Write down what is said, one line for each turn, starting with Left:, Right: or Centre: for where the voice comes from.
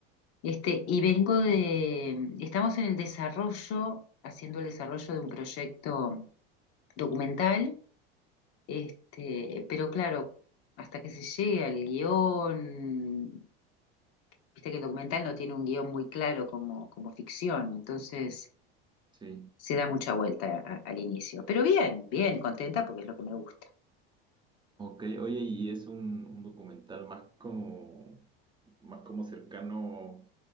Left: Este, y vengo de, estamos en el desarrollo, haciendo el desarrollo de un proyecto documental, este, pero claro, hasta que se llegue al guión, viste que el documental no tiene un guión muy claro como, como ficción, entonces
Right: Sí.
Left: se da mucha vuelta a- al inicio. Pero bien, bien, contenta porque es lo que me gusta.
Right: Ok, oye, y es un, un documental más como, más como cercano